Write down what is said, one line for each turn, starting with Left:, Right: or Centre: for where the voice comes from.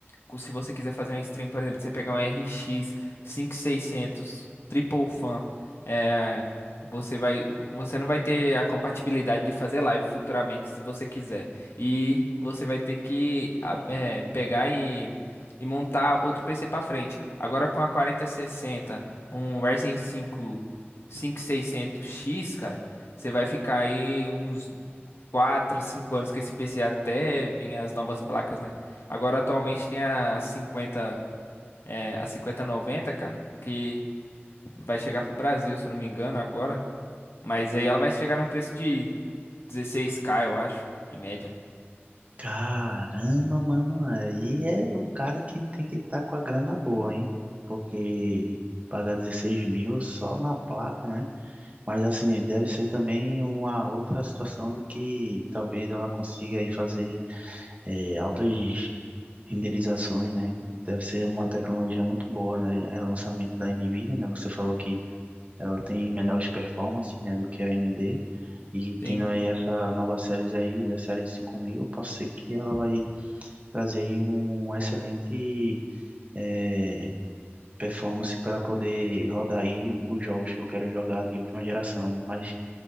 Left: com- se você quiser fazer uma stream, por exemplo, você pegar um RX 5600 Triple Fan, é, você vai, você não vai ter a compatibilidade de fazer live futuramente, se você quiser. E você vai ter que a- é, pegar e, e montar outro PC para frente. Agora com a 4060, um Ryzen 5 5600X, cara, você vai ficar aí uns 4, a 5 anos que esse PC até vinha as novas placas, né? Agora atualmente tem a 50, é, a cinquenta noventa, cara, que vai chegar pro Brasil, se eu não me engano, agora. Mas aí ela vai chegar num preço de dezesseis k eu acho, em média.
Right: Caramba, mano, aí é o cara que tem que estar com a grana boa, hein? Porque pagar 16 mil só na placa, né? Mas assim, deve ser também uma outra situação de que talvez ela consiga aí fazer eh, altas renderizações, né? Deve ser uma tecnologia muito boa, né? É o lançamento da Nvidia, né? Você falou que ela tem melhores performances, né, do que a AMD. E tendo
Left: Sim.
Right: aí essa nova série aí, a série 5000, posso ser que ela vai trazer aí um excelente eh, performance para poder rodar aí os jogos que eu quero jogar de última geração, né? Mas